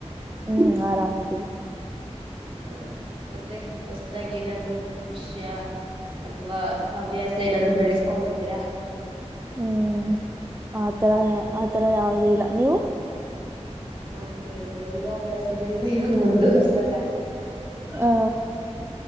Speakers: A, on the right; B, on the right.
A: ಹ್ಮ್ ಆರಾಮ್ದೀವಿ
B: ಹ ಮತ್ತೆ ಹೊಸ್ದಾಗಿ ಏನಾದ್ರು ವಿಷಯ ಅಥವಾ ಹವ್ಯಾಸ ಏನಾದ್ರು ಬೆಳೆಸ್ಕೊಂಡಿದ್ದೀರಾ
A: ಹ್ಮ್ ಆತರ ಆತರ ಯಾವವುದ ಇಲ್ಲ ನೀವು
B: ನಮ್ದೇಏನ ಲೈರವ್ಯಾಸಗಳು ಇವಾಗ ಮುಂದುವರ್ಸಕ್ ಆಗ್ತಿಲ್ಲ
A: ಆ